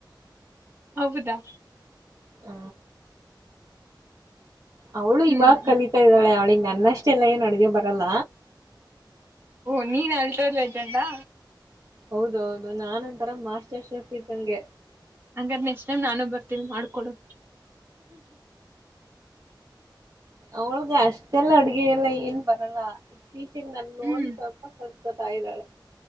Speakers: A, on the right; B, on the right.
A: ಹೌದಾ
B: ಹ ಅವಳು
A: ಹ್ಮ್
B: ಇವಾಗ ಕಲಿತಾ ಇದ್ದಾಳೆ ಅವಳಿಂಗ ನನ್ನಷ್ಟೆಲ್ಲ ಏನು ಅಡಗೆ ಬರಲ್ಲ
A: ಓ ನೀನ್ ಅಲ್ಟ್ರಾ ಲೆಜೆಂಡಾ
B: ಹೌದೌದು ನಾನ ಒಂತರ ಮಾಸ್ಟರ್ ಶೆಫ್ ಇದ್ದಂಗೆ
A: ಹಂಗಾರ ನೆಕ್ಸ್ಟ್ ಟೈಮ್ ನಾನು ಬರ್ತೀನಿ ಮಾಡ್ಕೊಡು
B: ಅವಳಗ ಅಷ್ಟೆಲ್ಲ ಅಡುಗೆಯಲ್ಲ ಏನ್ ಬರಲ್ಲ. ಪಿಜಿಗ ನಲ್ಲಿ ನೋಡಿ
A: ಹ್ಮ್
B: ಸ್ವಲ್ಪ ಸ್ವಲ್ಪ ಕಲ್ಕೋತಾ ಇದಾಳೆ.